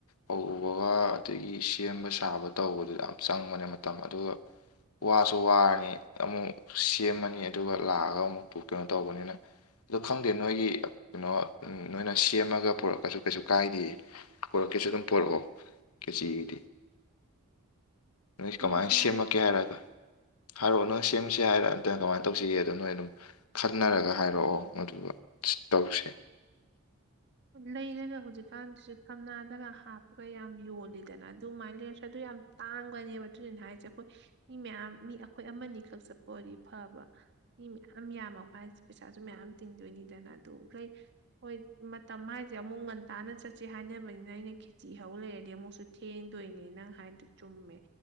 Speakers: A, on the left; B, on the right.
A: ꯍꯧꯕꯒ ꯑꯗꯒꯤ ꯁꯦꯝꯕ ꯁꯥꯕ ꯇꯧꯕꯗꯨꯗ ꯌꯥꯝ ꯆꯪꯕꯅꯦ ꯃꯇꯝ ꯑꯗꯨꯒ ꯋꯥꯁꯨ ꯋꯥꯔꯅꯤ ꯑꯃꯨꯛ ꯁꯦꯝꯃꯅꯤ ꯑꯗꯨꯒ ꯂꯥꯛꯑꯒ ꯑꯃꯨꯛ ꯀꯩꯅꯣ ꯇꯧꯕꯅꯤꯅ ꯑꯗꯣ ꯈꯪꯗꯦ ꯅꯣꯏꯒꯤ ꯀꯩꯅꯣ ꯅꯣꯏꯅ ꯁꯦꯝꯃꯒ ꯄꯨꯔꯛꯀꯁꯨ ꯀꯩꯁꯨ ꯀꯥꯏꯗꯦꯛ ꯀꯦ ꯑꯗꯨꯝ ꯄꯔꯛꯑꯣ ꯀꯦꯖꯤꯒꯤꯗꯤ ꯅꯣꯏ
B: ꯁꯦꯝꯁꯦ
A: ꯀꯃꯥꯏꯅ ꯁꯦꯝꯃꯛꯀꯦ
B: ꯍꯥꯏꯔ
A: ꯍꯥꯏꯔꯒ ꯍꯥꯏꯔꯛꯑꯣ ꯅꯣꯏ ꯑꯁꯦꯡꯁꯦ ꯍꯥꯏꯔ ꯅꯠꯇꯅ ꯀꯃꯥꯏꯅ ꯇꯧꯁꯤꯒꯦꯗꯣ ꯅꯣꯏ ꯑꯗꯨꯝ ꯈꯟꯅꯔꯒ ꯍꯥꯏꯔꯛꯑꯣ ꯑꯗꯨꯒꯗꯨ ꯇꯧꯁꯤ <unintelligible>
B: ꯂꯩꯔꯒ ꯍꯧꯖꯤꯛꯀꯥꯟꯁꯤꯁꯨ ꯊꯝꯅꯥꯗꯒ ꯍꯥꯞꯄꯒ ꯌꯥꯝ ꯌꯣꯜꯂꯤꯗꯅ ꯑꯗꯨꯃꯥꯏꯅ ꯂꯩꯔꯁꯨ ꯑꯗꯨ ꯌꯥꯝ ꯌꯥꯝ ꯇꯥꯡꯕꯅꯦꯕ ꯑꯗꯨꯅꯤꯅ ꯍꯥꯏꯁꯦ ꯑꯩꯈꯣꯏ ꯃꯤ ꯃꯌꯥꯝ ꯃꯤ ꯑꯩꯈꯣꯏ ꯑꯃꯅꯤ ꯈꯛ ꯆꯠꯄ ꯑꯣꯏꯗꯤ ꯐꯕ ꯃꯤ ꯃꯌꯥꯝ ꯌꯥꯝꯃꯛꯄ ꯍꯥꯏꯁꯦ ꯄꯩꯁꯥꯁꯨ ꯃꯌꯥꯝ ꯇꯤꯡꯗꯣꯏꯅꯤꯗꯅ ꯑꯗꯨꯣꯏ ꯍꯣꯏ ꯇ ꯍꯥꯏꯁꯦ ꯑꯃꯨꯛ ꯉꯟꯇꯥꯅ ꯆꯠꯁꯦ ꯍꯥꯏꯅꯕꯅꯤꯅ ꯑꯩꯅ ꯈꯦꯆꯤ ꯍꯧ ꯂꯩꯔꯗꯤ ꯑꯃꯨꯛꯁꯨ ꯊꯦꯡꯗꯣꯏꯅꯦ ꯅꯪ ꯍꯥꯏ ꯆꯨꯝꯃꯦ